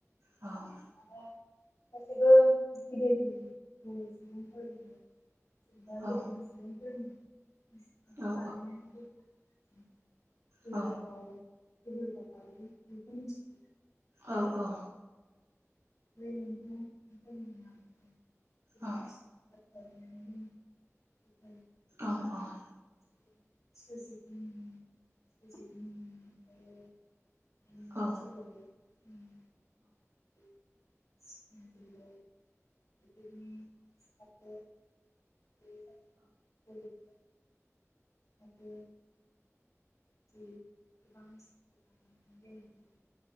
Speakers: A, on the right; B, on the left.
A: औ
B: <unintelligible> <inaudible> गेदेमा सुबुंफोरनि
A: औ
B: मुसुखाफोर
A: औ
B: बानायनानै दोननाय
A: औ
B: <unintelligible>
A: औ औ
B: बे मोनसे मोन <unintelligible> <unintelligible>
A: औ औ औ
B: <unintelligible> <unintelligible>
A: औ
B: <unintelligible> <unintelligible> आरो <unintelligible>